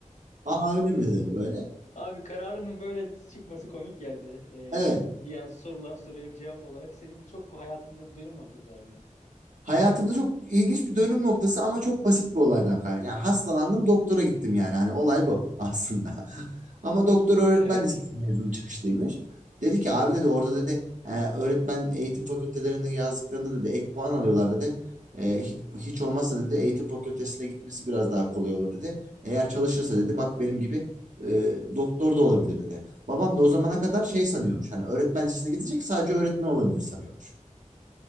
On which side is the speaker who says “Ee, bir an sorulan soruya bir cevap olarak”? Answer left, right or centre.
Left